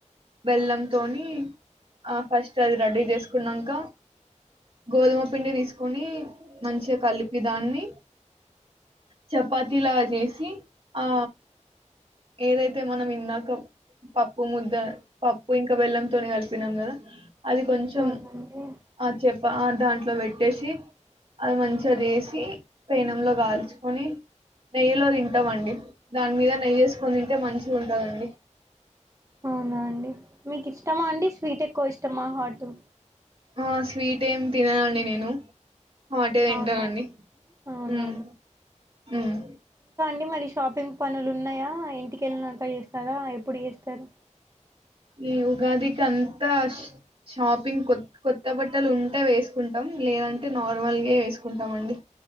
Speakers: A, on the right; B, on the right.
A: బెల్లంతోని ఆ ఫస్ట్ అది రెడీ చేసుకున్నాక, గోధుమ పిండి తీసుకొని మంచిగా కలిపి దాన్ని. చపాతి లాగ చేేసి ఆ ఏదైతే మనం ఇందాక పప్పు ముద్ద పప్పు ఇంకా బెల్లంతోనే కలిపినాం కదా అది కొంచెం
B: అవునండి
A: ఆ చెప్ దాంట్లో పెట్టేసి అది మంచిగాది వేసి పేనెంలో కాల్చుకొని నెయ్యిలో తింటామండి. దాన్ మీద నే మంచిగా ఉంటుందండి
B: అవునా అండి మీకు ఇష్టమా అండి స్వీట్ ఎక్కువ ఇష్టమా ఆటు
A: ఆ స్వీట్ ఏం తిననండి నేను అంటే వింటానండి
B: అవునా అవునా
A: మ్ మ్
B: అంటే మరి షాపింగ్ పనులు ఉన్నాయా, ఇంటికెళ్ళినక చేస్తారా ఎప్పుడు చేస్తారు
A: ఈ ఉగాదికి అంతా షాపింగ్ కొ కొత్త బట్టలు ఉంటే వేసుకుంటాం, లేదంటే నార్మల్గా వేసుకుంటాం అండి.